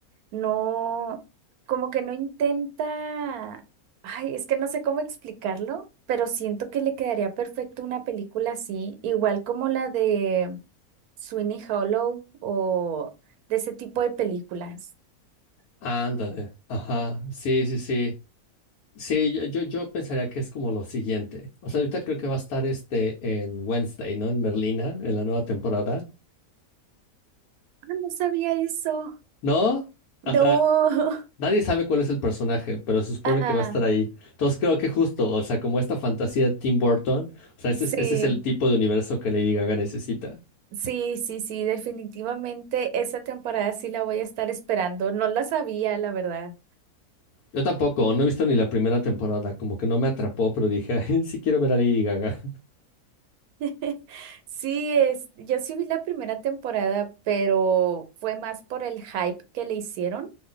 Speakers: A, on the right; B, on the left.
A: no, como que no intenta, ay, es que no sé cómo explicarlo, pero siento que le quedaría perfecto una película así, igual como la de Sweeney Hollow o de ese tipo de películas.
B: Ándale, ajá, sí, sí, sí. Sí, yo, yo, yo pensaría que es como lo siguiente. O sea, ahorita creo que va a estar este en Wednesday, ¿no? En Merlina, en la nueva temporada.
A: Ah, No sabía eso.
B: ¿No? Ajá,
A: No. <laughs>
B: Nadie sabe cuál es el personaje, pero se supone
A: Ajá.
B: que va a estar ahí. Entonces creo que justo, o sea, como esta fantasía de Tim Burton, o sea, ese
A: Sí,
B: es, ese es el tipo de universo que Lady Gaga necesita.
A: sí, sí, sí. Definitivamente esa temporada sí la voy a estar esperando. No la sabía, la verdad.
B: Yo tampoco, no he visto ni la primera temporada, como que no me atrapó, pero dije, <laughs> "Ay, sí quiero ver a Lady Gaga.
A: <laughs> Sí, es, yo sí vi la primera temporada, pero fue más por el hype que le hicieron.